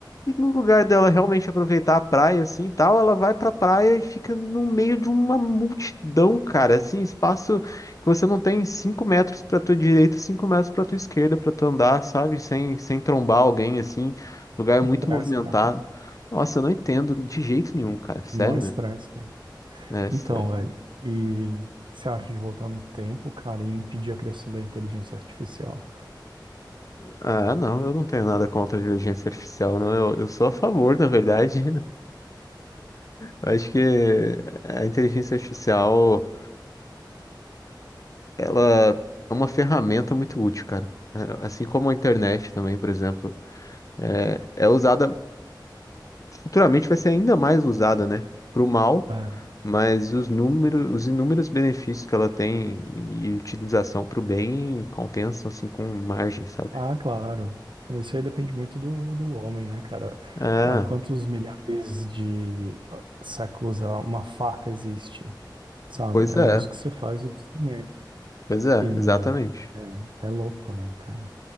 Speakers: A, on the left; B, on the right.
A: E no lugar dela realmente aproveitar a praia assim e tal, ela vai pra praia e fica no meio de uma multidão, cara. Assim, espaço que você não tem 5 metros pra tua direita, 5 metros pra tua esquerda pra tu andar, sabe? Sem, sem trombar alguém, assim. Lugar muito
B: Estresse,
A: movimentado.
B: cara.
A: Nossa, eu não entendo de jeito nenhum, cara. Sério
B: Mó estresse,
A: mesmo.
B: cara.
A: É estresse.
B: Então, velho, e o que você acha de voltar no tempo, cara, e impedir a criação da inteligência artificial?
A: Ah, não, eu não tenho nada contra a inteligência artificial, não. Eu, eu sou a favor, na verdade. <laughs> Eu Acho que a inteligência artificial. ela é uma ferramenta muito útil, cara. É, Assim como a internet também, por exemplo, é, é usada, futuramente vai ser ainda mais usada, né? Para o mal,
B: É.
A: mas os números, os inúmeros benefícios que ela tem e utilização para o bem compensam, assim, com margem, sabe?
B: Ah, claro. Mas Isso aí depende muito do, do homem, né, cara?
A: É,
B: Há quantos milhares de ah, séculos ah, uma faca existe, sabe?
A: pois
B: É
A: é,
B: o uso que você faz do instrumento.
A: pois é,
B: E
A: exatamente.
B: é, é louco, né, cara?